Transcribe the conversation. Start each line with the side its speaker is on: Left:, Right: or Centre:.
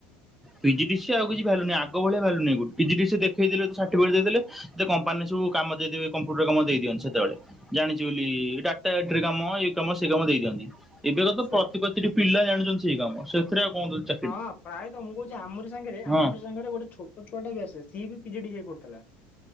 Centre: ପିଜିଡ଼ିସି ଆଉ କିଛି ଭ୍ୟାଲୁ ନାଇଁ ଆଗଭଳିଆ ଭ୍ୟାଲୁ ନାଇଁ ପିଜିଡିସି ଦେଖେଇଦେଲେ ଗୋ ସାଠିପିକେଟ୍ ଦେଇଦେଲେ। ଏତେ କମ୍ପାନୀ ସବୁ କାମ ଦେଇଦେବେ କମ୍ପ୍ୟୁଟର କାମ ଦେଇଦିଅନ୍ତି ସେତେବେଳେ। ଜାଣିଛି ବୋଲି ଡାଟା ଏଣ୍ଟ୍ରି କାମ ଇଏ କାମ ସେ କାମ ଦେଇ ଦିଅନ୍ତି। ଏବେ କା
Left: ଆଚ୍ଛା।
Centre: ତ ପ୍ରତି ପ୍ରତିଟି ପିଲା ଜାଣୁଚନ୍ତି ସେଇ କାମ ସେଥିରେ ଆଉ କଁ ତୋ ଇଛା?
Left: ହଁ ପ୍ରାଏତ ମୁଁ କହୁଚି ଆମରି ସାଙ୍ଗରେ
Centre: ହଁ।
Left: ଆମ ସାଙ୍ଗରେ ଗୋଟେ ଛୋଟ ଛୁଆ ଟା ବି ଆସେ ସିଏ ବି ପିଜିଡିସିଏ କରୁଥିଲା।